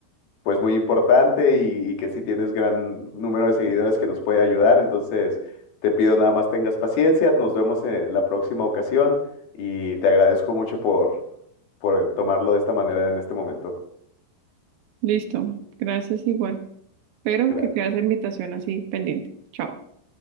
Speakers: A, on the left; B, on the right.
A: pues muy importante y, y que si tienes gran número de seguidores que nos puede ayudar. Entonces, te pido nada más tengas paciencia, nos vemos en la próxima ocasión y te agradezco mucho por, por tomarlo de esta manera en este momento.
B: Listo, gracias igual. Pero
A: Gracias.
B: que quede esa invitación así pendiente. Chao.